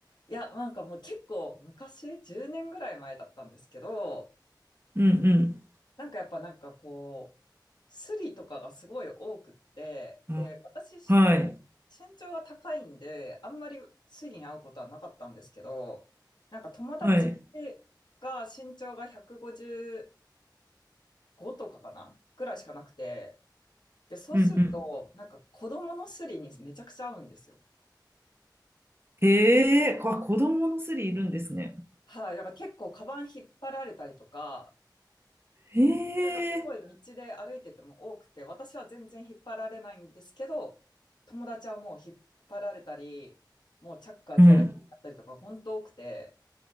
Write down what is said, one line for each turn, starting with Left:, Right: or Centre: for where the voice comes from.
Left: いや、なんかもう結構昔、10年ぐらい前だったんですけど、
Right: うん
Left: なんかやっぱなんかこう、スリとかがすごい多くって、
Right: うん。
Left: で、私身、
Right: あはい。
Left: 身長が高いんで、あんまりスリに会うことはなかったんですけど、なんか友達
Right: はい。
Left: が身長が155とかかなぐらいしかなくて、で、そうすると、
Right: うんうん。
Left: なんか子供のスリにめちゃくちゃ合うんですよ。
Right: へえ、こ子供のスリいるんですね。
Left: はい、だから結構カバン引っ張られたりとか、
Right: ええ
Left: それがすごい道で歩いてても多くて、私は全然引っ張られないんですけど、友達はもう引っ張られたり、もうチャック開けられたりとか、
Right: うん。
Left: 本当多くて、